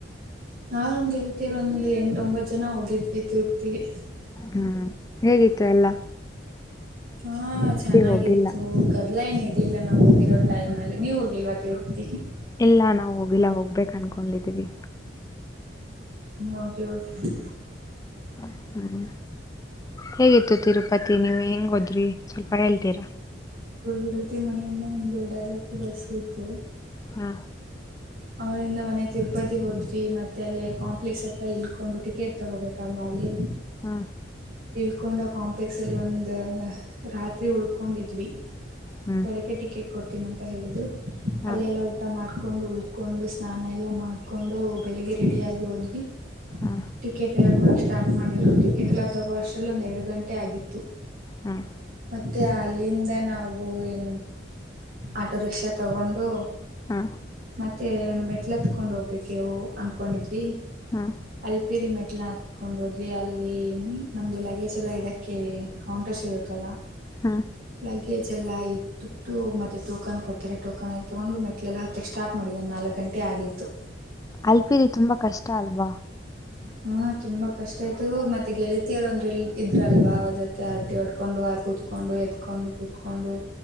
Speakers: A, on the right (about 50°); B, on the left (about 20°).
A: ನಾವು ನಮ್ ಗೆಳತಿಯರು ಒಂದ ಎಂಟ ಒಂಬತ್ತು ಜನ ಹೋಗಿದ್ದಿ ತಿರುಪತಿಗೆ
B: ಹ್ಮ್ ಹೇಗಿತ್ತು ಎಲ್ಲಾ
A: ಹಾ ಚೆನ್ನಾಗಿತ್ತು
B: ಹೋಗಿಲ್ಲ
A: ಗದಲ ಏನ ಇರ ಇಲ್ಲ ನಾವು ಹೋಗಿರೋ ಟೈಮ್ ಅಲ್ಲಿ ನೀವು ಹೋಗಿಲ್ವಾ ತಿರುಪತಿಗೆ
B: ಇಲ್ಲಾ ನಾವವು ಹೋಗಿಲ್ಲಾ ಹೋಗ್ಬೇಕ ಅನ್ಕೊಂಡಿದ್ದೀವಿ
A: ಓಕೆ ಕೆ
B: <inaudible> ಹ್ಮ್ ಹೇಗಿತ್ತು ತಿರುಪತಿ ನೀವ್ ಹೆಂಗ್ೋದ್ರಿ ಸ್ವಲ್ಪ ಅರಲ್ ತರ
A: ಇಗೆಳತಿ ಮನೆಯಿಂದ ನಮಗೆ ಡೈರೆಕ್ಟ್ ಬಸ್ ಇತ್ತು
B: ಹಾ
A: ಅವರಿಂದ ಮನೆ ತಿರುಪತಿ ಹೋದ್ವಿ ಮತ್ತೆ ಅಲ್ಲಿ ಕಾಂಪ್ಲೆಕ್ಸ್ ಹತ್ರ ಇಲ್ಕೊಂಡು ಟಿಕೆಟ್ ತಗೋಬೇಕಲ್ವಾ ಅಲ್ಲಿ
B: ಹ್ಮ
A: ಉಕೊಂಡ ಕಾಂಪ್ಲೆಕ್ಸ್ ಅಲ್ಲಿ ಒಂದು ರಾತ್ರಿ ಉಳ್ಕೊಂಡಿದ್ವಿ
B: ಹ್ಮ್
A: ಬೆಳಗ್ಗೆ ಟಿಕೆಟ್ ಕೊಡ್ತೀನ ಅಂತ ಹೇಳಿದು
B: ಹಾ
A: ಅಲ್ಲೆ ಎಲ್ಲಾ ಊಟ ಮಾಡ್ಕೊಂಡು ಕೊಂಡು ಸ್ನಾನ ಎಲ್ಲ ಮಾಡಕೊಂಡು ಬೆಳಿಗ್ಗೆ ರೆಡಿ ಆಗಿ ಹೋದ್ವಿ
B: ಹಾ
A: ಟಿಕೆಟ್ ಎಲ್ಲ ಕೊಡ ಸ್ಟಾರ್ಟ್ ಮಾಡಿರು ಟಿಕೆಟ್ ಎಲ್ಲ ತಗೋ ಅಷ್ಟ್ರಲ್ಲಿ ಒಂದ ಎರಡು ಗಂಟೆ ಆಗಿತ್ತು
B: ಹ್ಮ್
A: ಮತ್ತೆ ಅಲ್ಲಿಂದ ನಾವು ಏನು ಆಟೋ ರಿಕ್ಷಾ ತಗೊಂಡು
B: ಹಾ
A: ಮತ್ತೆ ಒ ಮೆಟ್ಲ ಹತ್ಕೊಂಡ್ ಹೋಗ್ಬೇಕವು ಅನ್ಕೊಂಡಿದ್ವಿ
B: ಹಾ
A: ಅಲ್ಪಿರಿ ಮೆಟ್ಲ ಕತ್ಕೊಂಡ್ ಹೋದ್ವಿ ಅಲ್ಲಿ ನಮ್ದು ಲಗೇಜ್ ೆಲ್ಲ ಇಡಕ್ಕೆ ಕೌಂಟರ್ಸ್ ಇರುತ್ತಲ್ಲ
B: ಹಾ
A: ಲಗೇಜ್ ಎಲ್ಲಾ ಇಟ್ಟಟ್ಟು ಮತ್ತೆ ಟೋಕನ್ ಕೊಡ್ತಾರೆ ಟೋಕನ್ ಎಲ್ಲಿ ತಗೊಂಡು ಮೆಟ್ಟಟ್ಲೆ ಎಲ್ಲ ಹತ್ತಕ್ಷಣ ಮಡಿ ಒಂದು ನಾಲ್ಕು ಗಂಟೆ ಆಗಿತ್ತು
B: ಅಲ್ಪಿರಿ ತುಂಬಾ ಕಷ್ಟ ಅಲ್ವಾ
A: ಹ್ಮ ತುಂಬಾ ಕಷ್ಟ ಆಯ್ತು ಮತ್ತೆ ಗೆಳಿತಿಯರು ಒಂದ್ರ ಇ ಇದ್ರಲ್ವಾ ಅವ್ರ ಜೊತೆ ಆರ್ಟಿ ಹೊಡ್ಕೊಂಡು ಕುೂತ್ಕೊಂಡು ಎದ್ಕೊಂಡು ಕುೂತ್ಕೊಂಡು